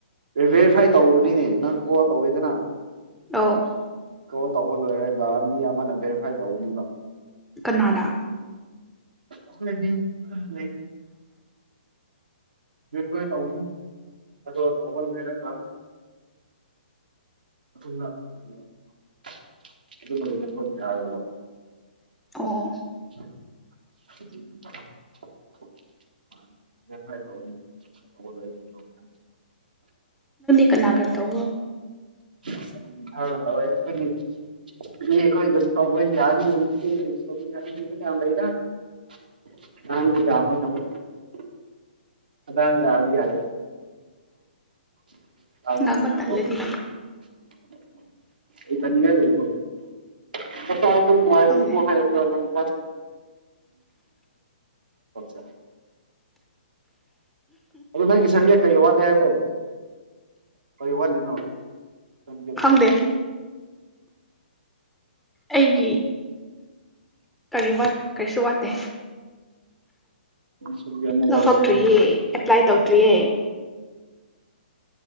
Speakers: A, on the right (about 60°); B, in the centre.
A: ꯕꯦꯔꯤꯐꯥꯏ ꯇꯧꯕꯅꯤꯅꯦ ꯅꯪ ꯀꯣꯜ ꯇꯧꯋꯤꯗꯅ
B: ꯑꯧ꯫
A: ꯀꯣꯜ ꯇꯧꯕ ꯂꯣꯏꯔꯒ ꯃꯤ ꯑꯃꯅ ꯚꯦꯔꯤꯐꯥꯏ ꯇꯧꯒꯅꯤꯕ꯫
B: ꯀꯅꯥꯅꯥ?
A: <unintelligible> ꯕꯦꯔꯤ ꯐꯥꯏ ꯇꯧꯕꯒꯤ꯫ ꯑꯗꯣ ꯇꯧꯕꯥ ꯂꯣꯏꯔꯒꯥ <unintelligible> ꯌꯥꯔꯣꯏꯕ꯫
B: ꯑꯣ
A: <inaudible> ꯍ ꯍꯥꯏ ꯇ ꯇ ꯆ
B: ꯀꯅꯥꯒꯔ ꯇꯧꯒꯣ
A: ꯇꯣꯏ ꯌꯥ ꯌꯥ ꯌꯥꯗ ꯍꯥ ꯑꯥꯡꯒ ꯑꯗꯨꯦ <inaudible>
B: ꯉꯥꯡꯕ ꯇꯜꯂꯗꯤ
A: ꯑꯩ ꯇꯅꯤꯒ ꯂꯩ ꯑ ꯅꯨꯡꯉꯕꯨꯣ ꯍꯥꯏ
B: ꯈꯪꯗꯦ
A: ꯍꯦꯟꯕꯨ ꯍꯦꯅꯣꯛ꫰ꯀꯅꯤ ꯄꯣꯠꯁꯦ ꯑꯗꯨ ꯅꯦ ꯁꯔꯤ ꯍꯥꯏ ꯀꯔꯤ ꯋꯥꯠꯂꯤ ꯍꯥꯏꯕ꯭ꯔꯣ ꯀꯔꯤ ꯋꯥꯠꯂꯤꯅꯣ ꯊꯒꯦꯠꯇꯣ
B: ꯈꯪꯗꯦ ꯑꯩꯒꯤ ꯀꯔꯤ ꯋꯥꯠ ꯀꯩꯁꯨ ꯋꯥꯇꯦ
A: ꯄ ꯁꯨꯄꯌꯥ ꯃ
B: ꯂꯧꯊꯣꯛꯇ꯭ꯔꯤꯌꯦ
A: ꯋꯥꯂꯦ
B: ꯑꯦꯄ꯭ꯂꯥꯏ ꯇꯧꯗ꯭ꯔꯤꯌꯦ